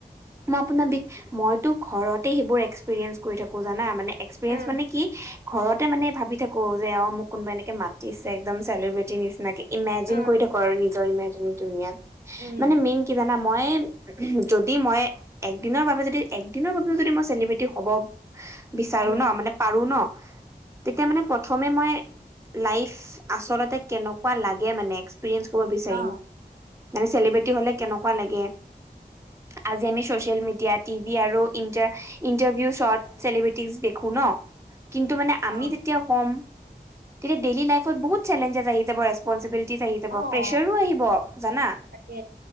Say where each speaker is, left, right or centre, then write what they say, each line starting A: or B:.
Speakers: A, on the right (about 15°); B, on the right (about 70°).
A: মই আপোনাৰ বি মইতো ঘৰতে সেইবোৰ এক্সপিৰিয়েঞ্চ কৰি থাকো জানা মানে এক্সপিৰিয়েঞ্চ
B: অ
A: মানে কি। ঘৰতে মানে ভাবি থাকো যে অ মোক কোনোবা এনেকে মাতিছে একদম চেলিব্ৰেটিৰ নিচিনাকে ইমেজিন
B: উম,
A: কৰি থাকো আৰু নিজৰ ইমেজিন দুনীয়াত।
B: উম,
A: মানে মেইন কি জানা মই যদি মই একদিনৰ বাবে যদি একদিনৰ বাবেও যদি মই চেলিব্ৰেটি হ'ব বিচাৰো
B: উম,
A: ন মানে পাৰো ন তেতিয়া মানে প্ৰথমে মই লাইফ আচলতে কেনেকুৱা লাগে মানে এক্সপেৰিয়েনচ ক'ব বিচাৰিম
B: অ',
A: মানে চেলিব্ৰেটি হ'লে কেনেকোৱা লাগে আজি আমি চচিয়েল মিডিয়াত টিভি আৰু ইণ্টা ইণ্টাৰভিউ শ্বত চেলিব্ৰেটি দেখো ন কিন্তু মানে আমি
B: অ',
A: তেতিয়া ক'ম তেতিয়া ডেইলি লাইফত বহুত চেলেঞ্জেছ আহি যাব ৰেষ্পঞ্চিবিলিতী আহি যাব
B: অ',
A: প্ৰেছাৰো আহিব জানা
B: তাকে